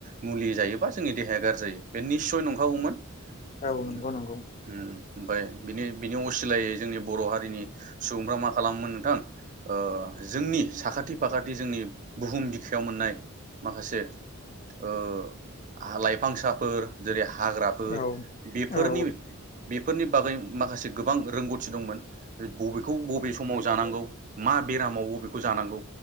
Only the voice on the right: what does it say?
मुलि जायोबा जोंनि देहाया गाज्रि जायो। बे निस्सय नंखागौमोन
उम
उम ओमफ्राय बिनि बिनि असिलायै जोंनि बर' हारिनि सुबुंफ्रा मा खालामोमोन नोंथां ओ जोंनि साखाथि फाखाथि जोंनि बुहुम बिखायाव मोननाय माखासे ओ आ लाइफांसाफोर जेरै हा हाग्राफोर
बेफोरनि
बे फोरनि बागै माखासे गोबां रोंगौथि दंमोन। बि बबेखौ बबे समाव जानांगौ। मा बेरामावबो बेखौ जानांगौ